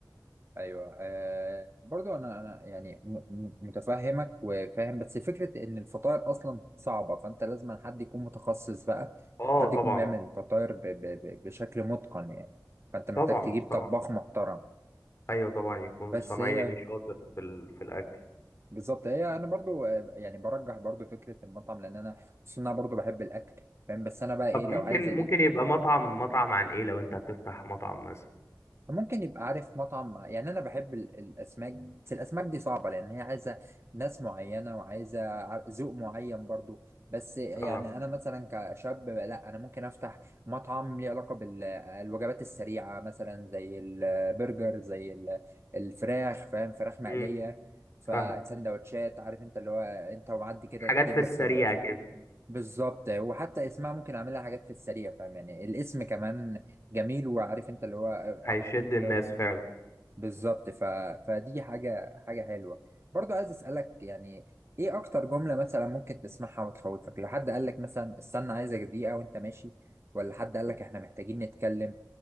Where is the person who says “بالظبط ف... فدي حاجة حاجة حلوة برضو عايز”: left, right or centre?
Right